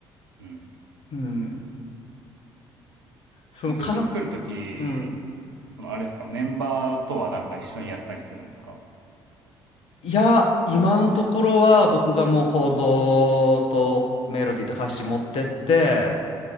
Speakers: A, on the right; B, on the left.
A: うん。
B: うん。そのか、
A: でも曲作るとき、
B: うん。
A: そのあれですか、メンバーとはなんか一緒にやったりするんですか
B: いや、今のところは僕がもうコードとメロディーと歌詞持ってって、